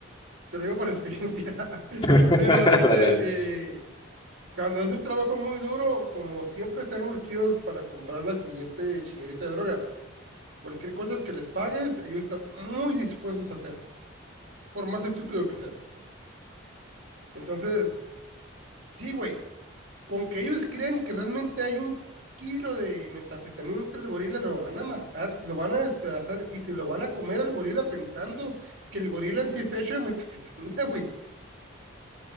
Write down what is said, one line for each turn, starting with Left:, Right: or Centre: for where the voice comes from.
Right: Te lo digo por experiencia. <laughs>
Left: <laughs>
Right: Pero este,
Left: Dale, dale.
Right: eh, cuando es un trabajo muy duro, como siempre están urgidos para comprar la siguiente chinguerita de droga Cualquier cosa que les pagues, ellos están muy dispuestos a hacerlo, por más estúpido que sea. Entonces, sí, güey, con que ellos crean que realmente hay un kilo de metanfetamina entre el gorila, lo van a matar, lo van a despedazar y se lo van a comer al gorila pensando que el gorila en sí está hecho de metanfetamina güey.